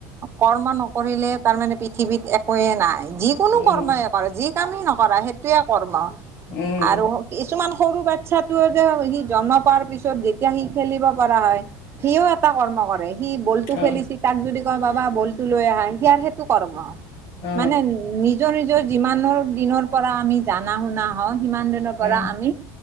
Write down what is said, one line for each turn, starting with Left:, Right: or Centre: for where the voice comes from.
Right: কৰ্ম নকৰিলে তাৰমানে পৃথিৱীত একোৱেই নাই, যিকোনো
Left: উম
Right: কৰ্মই কৰা যি কামেই নকৰা সেইটোৱে কৰ্ম
Left: উম
Right: আৰু কিছুমান সৰু বাচ্ছাটোৱে যে সি জন্ম পোৱাৰ পিছত যেতিয়া সি খেলিব পৰা হয় সিও এটা কৰ্ম কৰে সি বলটো
Left: অ
Right: খেলিছে তাক যদি কয় বাবা বলটো লৈ আহা সি সেইটো কৰ্ম
Left: অ
Right: মানে নিজৰ নিজৰ যিমানৰ দিনৰ পৰা আমি জানা শুনা হওঁ সিমান দিনৰ
Left: উম
Right: পৰা আমি